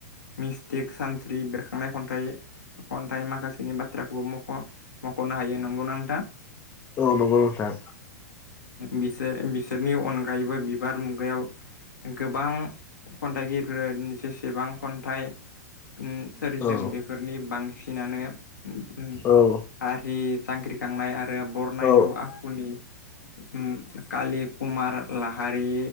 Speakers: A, on the left; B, on the left.
A: मिस्टिक सानस्रि बेरखा खांनाय खन्थाइ खन्थाइ माखासेनि बाथ्राखौबो मख' मख'नो हायो नंगौना नोंथां
B: औ नंगौ नोंथां
A: बिसोर बिसोरनि अनगायैबो बिबार मुगायाव गोबां खन्थाइगिरिफोर जेसेबां खन्थाइ उम सोरजिदों
B: औ
A: बेफोरनि बांसिनानो उम
B: औ
A: हारि जांख्रिखांनाय आरो बरनायलु
B: औ
A: आखुनि उम कालि कुमार लाहारि